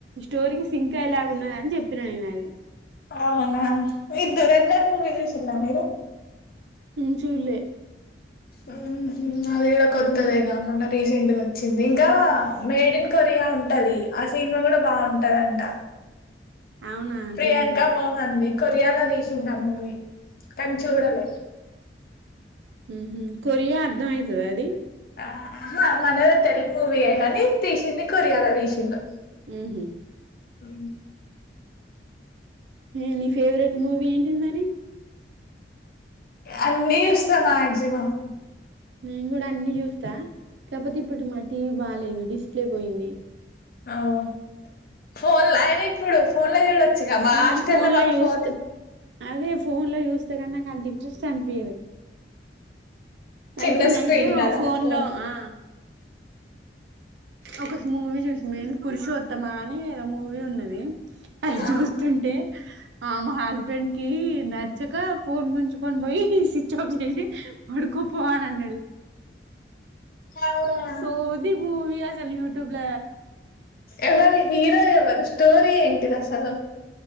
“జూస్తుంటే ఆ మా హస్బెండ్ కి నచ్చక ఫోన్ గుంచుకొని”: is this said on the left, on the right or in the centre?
Right